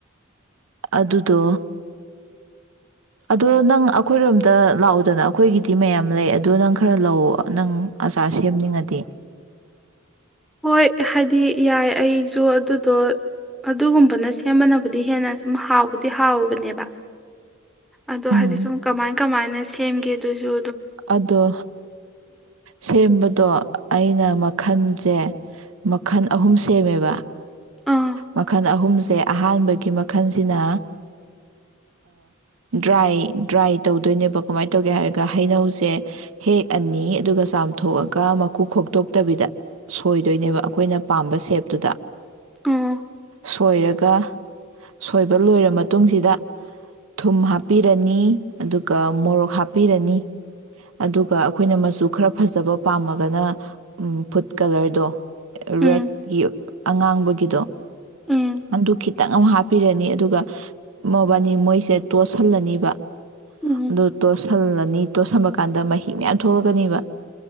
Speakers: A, on the right; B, in the centre.
A: ꯑꯗꯨꯗꯣ ꯑꯗꯣ ꯅꯪ ꯑꯩꯈꯣꯏꯔꯣꯝꯗ ꯂꯥꯛꯎꯗꯅ ꯑꯩꯈꯣꯏꯒꯤꯗꯤ ꯃꯌꯥꯝ ꯂꯩ ꯑꯗꯨꯣ ꯅꯪ ꯈꯔ ꯂꯧ ꯅꯪ ꯑꯆꯥꯔ ꯁꯦꯝꯅꯤꯡꯉꯗꯤ
B: ꯍꯣꯏ ꯍꯥꯏꯗꯤ ꯌꯥꯏ ꯑꯩꯁꯨ ꯑꯗꯨꯗꯣ ꯑꯗꯨꯒꯨꯝꯕꯅ ꯁꯦꯝꯕꯕꯨꯗꯤ ꯍꯦꯟꯅ ꯁꯨꯝ ꯍꯥꯎꯕꯨꯗꯤ ꯍꯥꯎꯕꯅꯦꯕ ꯑꯗꯣ
A: ꯎꯝ
B: ꯍꯥꯏꯗꯤ ꯁꯨꯝ ꯀꯃꯥꯏ ꯀꯃꯥꯏꯅ ꯁꯦꯝꯒꯦ ꯑꯗꯨꯁꯨ
A: ꯑꯗꯣ ꯁꯦꯝꯕꯗꯣ ꯑꯩꯅ ꯃꯈꯜ ꯁꯦ ꯃꯈꯜ ꯑꯍꯨꯝ ꯁꯦꯝꯃꯦꯕ
B: ꯑꯥ
A: ꯃꯈꯜ ꯑꯍꯨꯝꯁꯦ ꯑꯍꯥꯟꯕꯒꯤ ꯃꯈꯜꯁꯤꯅ ꯗ꯭ꯔꯥꯏ ꯗ꯭ꯔꯥꯏ ꯇꯧꯗꯣꯏꯅꯦꯕ ꯀꯃꯥꯏꯅ ꯇꯧꯒꯦ ꯍꯥꯏꯔꯒ ꯍꯩꯅꯧꯁꯦ ꯍꯦꯛꯑꯅꯤ ꯑꯗꯨꯒ ꯆꯥꯝꯊꯣꯛꯑꯒ ꯃꯀꯨ ꯈꯣꯛꯇꯣꯛꯇꯕꯤꯗ ꯁꯣꯏꯗꯣꯏꯅꯦꯕ ꯑꯩꯈꯣꯏꯅ ꯄꯥꯝꯕ ꯁꯦꯞꯇꯨꯗ
B: ꯎꯝ
A: ꯁꯣꯏꯔꯒ ꯁꯣꯏꯕ ꯂꯣꯏꯔ ꯃꯇꯨꯡꯁꯤꯗ ꯊꯨꯝ ꯍꯥꯞꯄꯤꯔꯅꯤ ꯑꯗꯨꯒ ꯃꯣꯔꯣꯛ ꯍꯥꯞꯄꯤꯔꯅꯤ ꯑꯗꯨꯒ ꯑꯩꯈꯣꯏꯅ ꯃꯆꯨ ꯈꯔ ꯐꯖꯕ ꯄꯥꯝꯃꯒꯅ ꯐꯨꯗ ꯀꯂꯔꯗꯣ
B: ꯎꯝ
A: ꯔꯦꯠꯀꯤ ꯑꯉꯥꯡꯕꯒꯤꯗꯣ
B: ꯎꯝ
A: ꯑꯗꯨ ꯈꯤꯇꯪ ꯑꯃ ꯍꯥꯞꯄꯤꯔꯅꯤ ꯑꯗꯨꯒ ꯃꯕꯥꯅꯤ ꯃꯣꯏꯁꯦ ꯇꯣꯠꯁꯤꯜꯂꯅꯤꯕ
B: ꯎꯝ
A: ꯑꯗꯨ ꯇꯣꯠꯁꯤꯜꯂꯅꯤ ꯇꯣ ꯁꯃꯒ ꯀꯥꯟꯗ ꯃꯍꯤ ꯃꯌꯥꯝ ꯊꯣꯛꯂꯛꯀꯅꯦꯕ